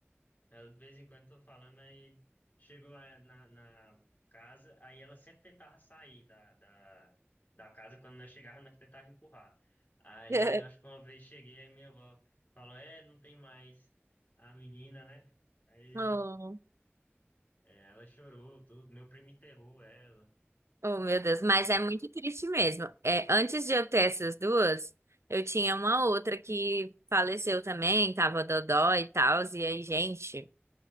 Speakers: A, on the left; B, on the right.
A: Ela, de vez em quando, tô falando, aí chego lá na, na casa, aí ela sempre tentava sair da, da, da casa, quando nós chegávamos, nós tentávamos empurrar. Aí,
B: <laughs>
A: eu acho que uma vez cheguei, aí minha avó falou, é, não tem mais a menina, né? Aí
B: Oh,
A: é, ela chorou, tudo, meu primo enterrou ela.
B: oh, meu Deus,
A: É,
B: mas é muito triste mesmo. É, antes de eu ter essas duas, eu tinha uma outra que faleceu também, tava dodó e tal, e aí, gente.